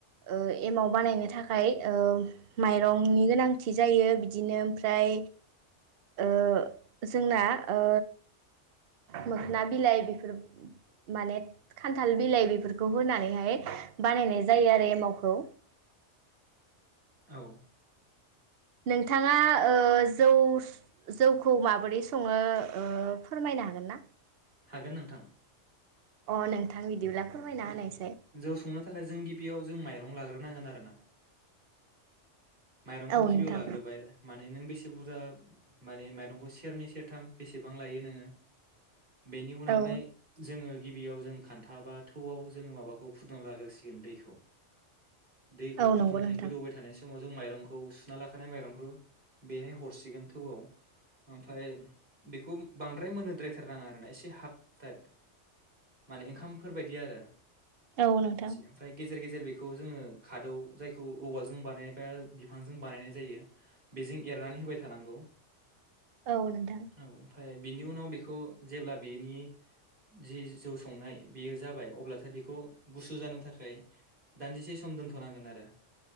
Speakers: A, on the right (about 60°); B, on the right (about 45°).
A: ओ एमाव बानायनो थाखाय ओ माइरंनि गोनांथि जायो बिदिनो ओमफ्राय ओ जोंना ओ मोखोना बिलाइ बेफोर माने खान्थाल बिलाइ बेफोरखौ होनानैहाय बानायनाय जायो आरो एमावखौ।
B: औ
A: नोंथाङा ओ जौ जौखौ माबोरै सङो फोरमायनो हागोन ना?
B: हागोन नोंथां
A: अ नोंथां बिदिब्ला फोरमायना
B: औ
A: होनायसाय
B: जौ संनो थाखाय जों गिबियाव जों माइरं लाग्रोनांगोन आरो ना माइरंखौ
A: औ
B: गिबियाव
A: नोंथां
B: लाग्रोबाय माने नों बेसे बुरजा मानिे माइरंखौ सेरनै सेरथाम बेसेबां लायो नोङो बेनि उनावहाय
A: औ
B: जोङो गिबियाव जों खान्था बा थौआव जोङो माबाखौ फुदुंना लाग्रोसिगोन दैखौ दैखौ
A: औ
B: फुदुंनानै
A: नंगौ नोंथां
B: गोदौबाय थानाय समाव जों माइरंखौ सुना लाखानाय माइरंखौ बेहाय हरसिगोन थौआव ओमफफ्राय बेखौ बांद्राय मोनोद्रायथारनााङा आरोना एसे हाफ टाइप माने ओंखामफोरबायायदि आरो
A: औ नोंथां
B: ओमफ्राय गेजेर गेजेर बे बेखौ जो खादौ जायखौ औवा जों बानाय बा बिफांजों बानायनाय जायो बेजों एरनानै होबाय थानांगौ
A: औ नोंथां
B: औ ओमफ्राय बिनि उनाव बेखौ जेब्ला बिनि जि जौ संनाय बेयो जाबाय अब्लाथाय बेखौ गुसु जानो थाखाय दान्दिसे सम दोनथ'नांगोन आरो